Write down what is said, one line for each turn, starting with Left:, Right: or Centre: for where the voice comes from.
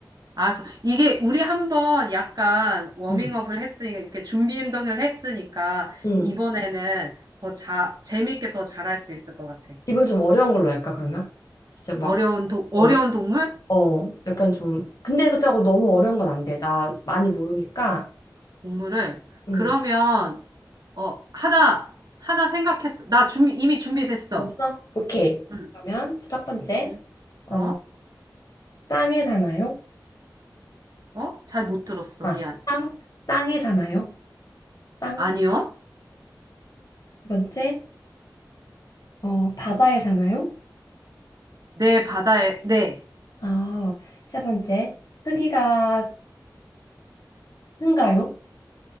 Right: 알았어. 이게 우리 한번 약간 워밍업을
Left: 응.
Right: 했으니까 이렇게 준비 운동을 했으니까
Left: 응.
Right: 이번에는 더 자, 재밌게 더 잘할 수 있을 것 같아.
Left: 이번엔 좀 어려운 걸로 할까, 그러면? 진짜 막,
Right: 어려운 동 어려운
Left: 어,
Right: 동물?
Left: 어. 약간 좀. 근데 그렇다고 너무 어려운 건 안 돼. 나 많이 모르니까.
Right: 동물을
Left: 응.
Right: 그러면 어, 하나 하나 생각했어. 나 준비 이미 준비됐어.
Left: 벌써? 오케이.
Right: 응.
Left: 그러면 첫 번째.
Right: 응.
Left: 어,
Right: 어?
Left: 땅에 사나요?
Right: 어? 잘 못 들었어.
Left: 아,
Right: 미안.
Left: 땅, 땅에 사나요? 땅.
Right: 아니요.
Left: 두 번째. 어, 바다에 사나요?
Right: 내 바다에, 네.
Left: 아, 세 번째. 크기가 큰가요?